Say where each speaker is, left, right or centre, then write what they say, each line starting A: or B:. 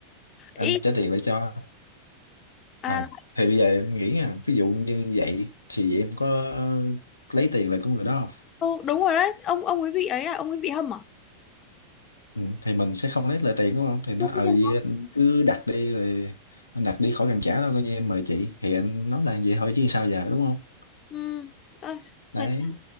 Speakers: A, on the left; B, on the left.
A: anh
B: Ý
A: trả tiền lại cho
B: à
A: à thì bây giờ em nghĩ nha ví dụ như vậy thì em có lấy tiền lại của người đó không
B: ừ, đúng rồi đấy, ông ông ấy bị ấy à, ông ấy bị hâm à?
A: ừ, thì mình sẽ không lấy lại tiền đúng không thì nó
B: Đương
A: ờ
B: nhiên.
A: gì anh cứ đặt đi rồi anh đặt đi khỏi cần trả đâu coi như em mời chị thì anh nói là vậy thôi chứ sao giờ đúng không
B: Ừ. Ơi,
A: đấy
B: người ta